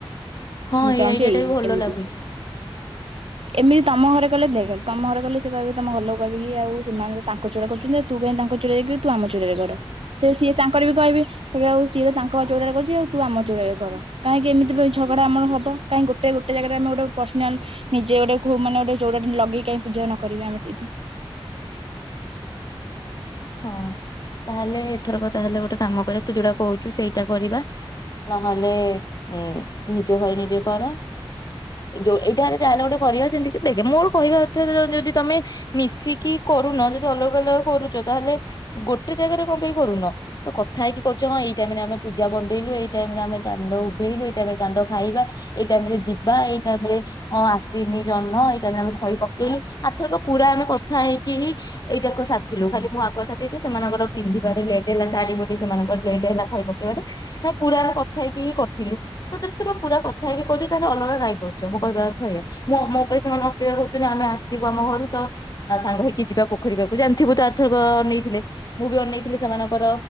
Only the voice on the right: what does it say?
ମୁଁ
ଚାହୁଁଛି
ଏମିତି।
ଏମିତି ତମ ଘରେ କଲେ ଦେଖ୍ ତମ ଘରେ କଲେ ସେ କହିବେ ତମ ଘରଲୋକେ କହିବେକି ଆଉ ସେମାନେ ତାଙ୍କ ଚୋରା କରୁଛନ୍ତି ଆଉ, ତୁ କାଇଁ ତାଙ୍କ ଚୋରାରେ କରିବୁ ତୁ ଆମ ଚୋରାରେ କର। ସେ ସିଏ ତାଙ୍କର ବି କହିବେ ଆଉ ସିଏ ତ ତାଙ୍କ ଚଉରାରେ କରିଛି ଆଉ ତୁ ଆମ ଚଉରା ରେ କର କାହିଁକି ଏମିତି ଝଗଡା ଆମର ହବ। କାଇଁ ଗୋଟେ ଗୋଟେ ଜାଗାରେ ଆମେ ଗୋଟେ ପର୍ଶିନାଲ ନିଜେ ଗୋଟେ ଖୁବ୍ ମାନ ଗୋଟେ ଚଉଁରାଟେ ଲଗେଇ କାଇଁ ପୂଜା ନ କରିବା ଆମେ ସେଇଠି।